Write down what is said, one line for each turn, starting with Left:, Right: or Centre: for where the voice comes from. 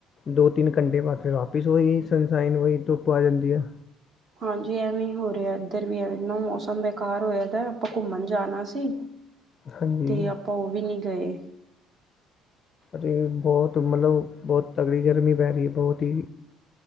Left: ਦੋ-ਤਿੰਨ ਕੰਟੇ ਬਾਦ ਫਿਰ ਵਾਪਿਸ ਓਈ ਸਨਸਾਈਨ ਓਈ ਧੁੱਪ ਆ ਜਾਂਦੀ ਆ।
Right: ਹਾਂਜੀ ਐਵੇਂ ਈ ਹੋ ਰੈਆ ਏਧਰ ਵੀ ਐਵੇਂ ਮੌਸਮ ਬੇਕਾਰ ਹੋਯਾ ਦਾ ਆਪਾਂ ਕੁੰਮਣ ਜਾਣਾ ਸੀ
Left: ਹਾਂਜੀ
Right: ਤੇ ਆਪਾਂ ਓਵੀ ਨਈ ਗਏ।
Left: ਤੇ ਬੋਤ ਮਤਲਬ ਬੋਤ ਤਗੜੀ ਗਰਮੀ ਪੈ ਰੀ ਐ ਬਹੁਤ ਈ।